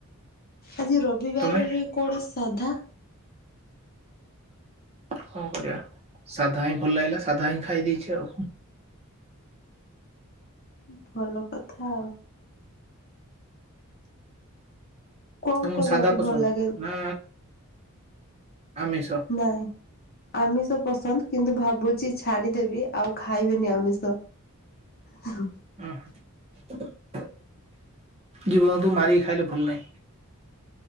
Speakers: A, on the left; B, on the right.
A: ଆଜି ରବିବାରରେ
B: ତମେ
A: କଣ ସାଧା?
B: କଣ କରିବା ସାଧା ହିଁ ଭଲ ଲାଗିଲା ସାଧା ହିଁ ଖାଇ ଦେଇଛି ଆଉ।
A: ଭଲ କଥା ଆଉ। କଣ
B: ତମକୁ
A: କରିବାକୁ
B: ସାଧା ପସନ୍ଦ
A: ଭଲ ଲାଗେ?
B: ନା ଆମିଷ?
A: ନାଇଁ। ଆମିଷ ପସନ୍ଦ କିନ୍ତୁ ଭାବୁଛି ଛାଡିଦେବି ଆଉ ଖାଇବନି ଆମିଷ। ହଁ,
B: ଓହୋ! ଜୀବଜନ୍ତୁ ମାରିକି ଖାଇଲେ ଭଲ ନାହିଁ।